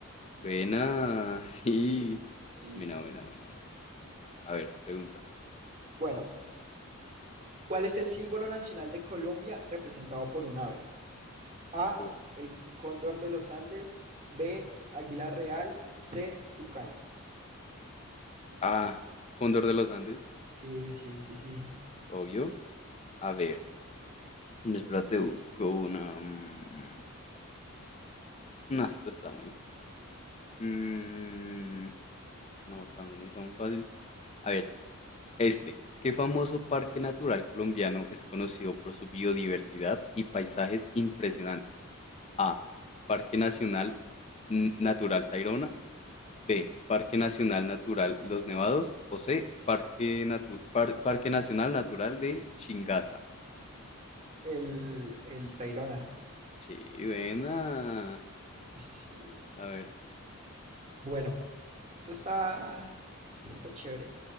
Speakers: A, on the left; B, on the right.
A: Buena, <laughs> sí.
B: Sí. Y-
A: Buena, buena, buena, buena. A ver, pregunta.
B: Bueno, ¿cuál es el símbolo nacional de Colombia representado por un ave? A,
A: Uf.
B: el cóndor de los Andes, B, águila real, C, tucán.
A: A. Cóndor de los Andes,
B: Sí, sí, sí, sí.
A: obvio. A ver. Espérate, busco una. mm, No, esta está muy fácil. Mm, no, también está muy fácil. A ver. Este, ¿qué famoso parque natural colombiano es conocido por su biodiversidad y paisajes impresionantes? A. Parque Nacional N- Natural Tayrona. B. Parque Nacional Natural Los Nevados. O C. Parque, Natu- Par- Parque Nacional Natural del Chingaza.
B: El, el Tayrona.
A: Sí, buena.
B: Sí, sí.
A: A ver.
B: Bueno, esto está, esto está chévere.